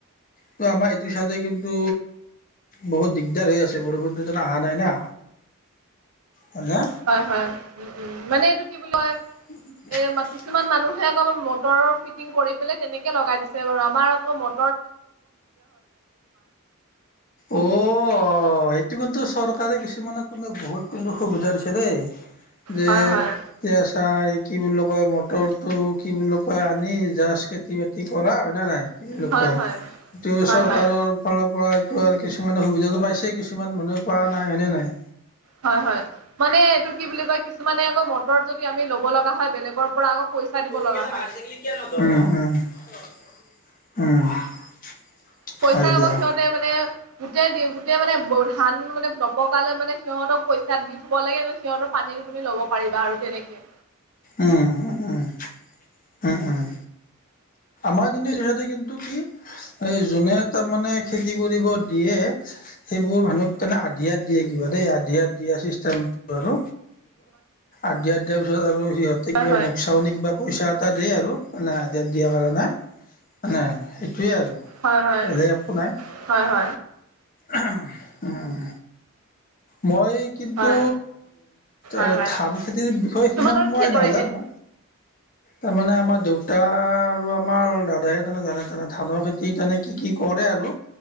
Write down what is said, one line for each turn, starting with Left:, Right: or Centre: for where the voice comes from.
Left: ত' আমাৰ এইটো চাদে কিন্তু বহুত দিগদাৰ হৈ আছে বৰষুণটো অহা নাই না। হয়নে
Right: হয়, হয়, উম, উম মানে এইটো কি বুলি কয়
Left: <inaudible>
Right: এ কিছুমান মানুহে আকৌ মটৰৰ ফিটিং কৰি পেলাই তেনেকৈ লগাই দিছে বাৰু। আমাৰ আকৌ ম
Left: অও অ', এইটো কিন্তু চৰকাৰে কিছুমানক কিন্তু বহুত কিন্তু সুবিধা দিছে দেই। যে
Right: হয় হয়
Left: যে আছা কি বুলি কয় মটৰটো কি বুলি কয় আনি জাষ্ট খেতি বাতি কৰা হয়নে নাই। <unintelligible> যিটো
Right: হয় হয় হয়
Left: চৰকাৰৰ
Right: হয়
Left: ফালৰ পৰা আৰু কিছুমানে সুবিধাটো পাইছেই কিছুমান মানুহে পোৱা নাই, হয়নে নাই?
Right: হয়, হয় মানে এইটো কি বুলি কয় কিছুমানে আকৌ মটৰত যদি আমি ল'ব লগা হয় বেলেগৰ পৰা আকৌ পইচা
Left: <unintelligible>
Right: দিব লগা হয়
Left: উম, উম, উম।
Right: পইচা
Left: হয় দিয়া
Right: আকৌ সিহঁতে মানে গোটেই দি গোটেই মানে ধান মানে নপকালৈ মানে সিহঁতক পইচা দি থাকিব লাগে সিহঁতৰ পানী টো তুমি ল'ব পাৰিবা আৰু তেনেকে।
Left: উম, উম, উম, উম, উম। হয় কিন্তু সিহঁতে কিন্তু কি এই যোনে তাৰ মানে খেতি কৰিব দিয়ে। যিবোৰ মানুহক তেনে আধিয়াত দিয়ে কিবা দেই আধিয়াত দিয়া চিষ্টেম বাৰু আধিয়াত দিয়া পিছত আৰু সিহঁতে
Right: হয়
Left: কিবা মোক চাউনি কিবা পইচা এটা দিয়ে আৰু মানে আধিয়াত দিয়া কাৰণে। মানে সেইটোৱেই আৰু
Right: হয় হয়
Left: বেলেগ একো নাই।
Right: হয় হয় হয়
Left: উম, উম। মই কিন্তু
Right: হয়
Left: এ
Right: হয় হয়
Left: ধান খেতিৰ বিষয়ে সিমান
Right: তোমালোকৰ
Left: মই
Right: খেতি
Left: নাজানো।
Right: কৰে সেইপিনে?
Left: তাৰমানে আমাৰ দেউতা আৰু আমাৰ দাদায়ে তাৰমানে জানে তেনে ধানৰ খেতিত মানে কি কি কৰে আৰু।